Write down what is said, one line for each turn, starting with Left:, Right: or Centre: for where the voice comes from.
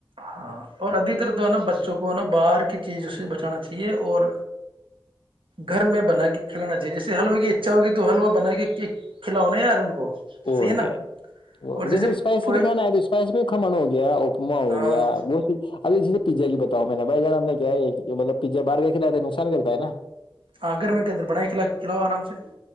Right: ہاں اور ادھتر تو ہے نا بچوں کو ہے نا باہر کی چیزوں سے بچانا چاہیے اور گھر میں بنا کے کھلانا چاہیے جیسے حلوے کی اچھا ہوگی تو حلوا بنا کے کھلاؤناا یار ان کو
Left: اور
Right: صحیح ہے نا
Left: کیا
Right: اور
Left: جیسے اسپائسی
Right: کوئی
Left: بھی کھانا ہے تو اسپائسی بھی کھمن ہو گیا کما ہو
Right: ہاں
Left: گیا بت سی اب جیس پزا بتاؤ میں نے بائی جان ہم نے کیا ہے کہ مطلب پزا باہار کھلاے ہے نقصان کرتا ہےا
Right: ہاں گر میںے کے اندر بنا کھلا کھلاؤ آرام سے